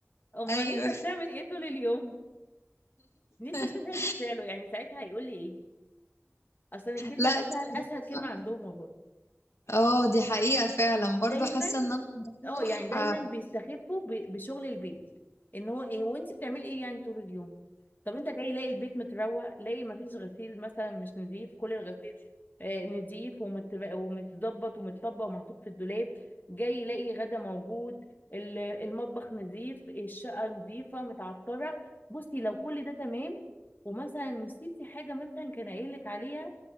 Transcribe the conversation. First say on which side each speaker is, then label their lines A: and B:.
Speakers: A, on the left; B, on the left.
A: امال
B: ايوه
A: انت بتعمل ايه طول اليوم نفسي
B: <laughs>
A: اشوف رد فعله يعني ساعتها هيقول لي ايه اصلا الكلمة
B: لا
A: دي
B: الصراحة-
A: سهل اسهل كلمة عندهم والله
B: اه دي حقيقه فعلا برضو
A: دايما
B: حاسه ان انا بروح
A: اه يعني دايما
B: آه،
A: بيستخفوا ب- بشغل البيت ان هو ايه وانت بتعملي ايه يعني طول اليوم طب انت جاي لاقي البيت متروق لاقي مفيش غسيل مثلا مش نظيف كل الغسيل آه، نظيف ومت- ومتظبط ومتطبق ومحطوط في الدولاب جاي لاقي غدا موجود ال- المطبخ نظيف الشقة نظيفة متعطرة بصي لو كل ده تمام ومثلا نسيتي حاجة مثلا كان قايل لك عليها